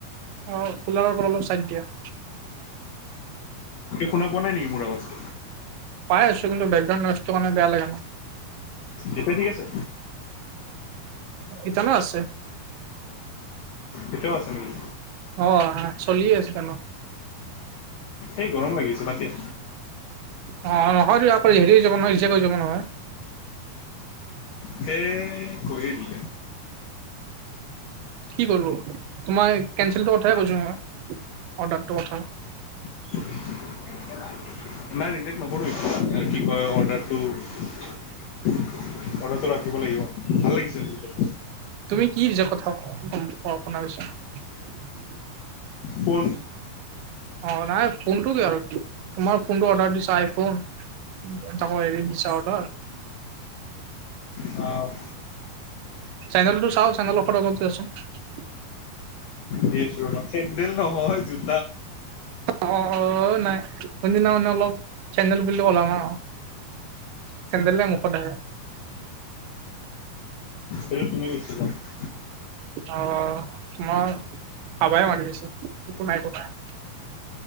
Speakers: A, on the right; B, on the left.
A: অ কোলাৰৰ পৰা অলপ চাইড দিয়া
B: শুনা পোৱা নাই নেকি মোৰ আৱাজ
A: পাই আছো কিন্তু বেকগ্ৰাউণ্ড নইষ্টটো মানে বেয়া লাগে ন
B: সেটোয়ে ঠিক আছে।
A: ইটানো আছে
B: ইটোও আছে নিকি
A: অ আহা চলিয়ে আছে ন
B: এই গৰম লাগিছে বাদ দিয়া।
A: অ নহয়তো আ কৰি হেৰি যাব নহয় ইচ্ছা কৈ যাব নহয়
B: সেইয়ে কৈয়ে দিলে
A: কি কৰলো তোমাৰ কেনঞ্চেলটোৰ কথাই কৈছোঁ মই অৰ্ডাৰটোৰ কথা।
B: <unintelligible> নাই ৰেজেক্ট নকৰোৱে এ কি কয় অৰ্ডাৰটো অৰ্ডাৰটো ৰাখিব লাগিব ভাল লাগিছে আজি টো
A: তুমি কিৰ যে কথাও ক <unintelligible>
B: ফোন
A: অ নাই ফোনটো কিহৰ তোমাৰ ফোনটো অৰ্ডাৰ দিছ আইফোন তাকৌ হেৰিত দিছা অৰ্ডাৰ
B: অ
A: চেন্দেলটো চাও চেন্দেলৰ অফাৰ <unintelligible>
B: দিছ আছোঁ ৰবা চেণ্ডেল নহয় জো-
A: এহ অ অ নাই সৈনদিনা মানে অলপ চেন্দেল বুলি কলা না চেন্দেলে মুখত আহে
B: এইটো তুমি <unintelligible>
A: অ মই হাবাই মাৰি দিছো একো নাই কোৱা নাই